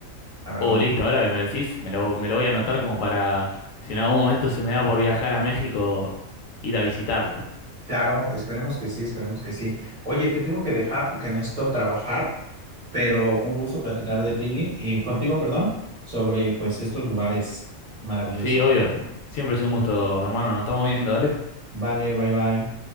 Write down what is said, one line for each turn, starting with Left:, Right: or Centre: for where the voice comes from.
Right: la verdad.
Left: Oh, listo, ahora que me lo decís, me lo, me lo voy a anotar como para, si en algún momento se me da por viajar a México, ir a visitarlo.
Right: Claro, esperemos que sí, esperemos que sí. Oye, te tengo que dejar porque necesito trabajar. pero un gusto platicar de ti y contigo, perdón, sobre pues estos lugares maravillosos.
Left: Sí, obvio. Siempre es un gusto, hermano, nos estamos viendo, ¿vale?
Right: Vale, bye bye.